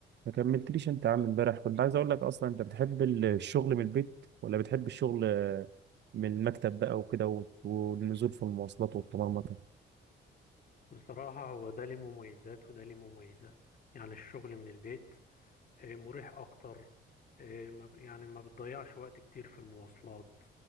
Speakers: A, on the right; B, on the left.
A: ما كملتليش انت يا عم امبارح كنت عايز اقول لك اصلا انت بتحب ال- الشغل من البيت ولا بتحب الشغل آه، من المكتب بقى وكده وت- والنزول في المواصلات والطمرمطه
B: بصراحة هو ده ليه مميزات وده ليه مميزات يعني الشغل من البيت آه، مريح أكتر آه، ما ب- يعني ما بتضيعش وقت كتير في المواصلات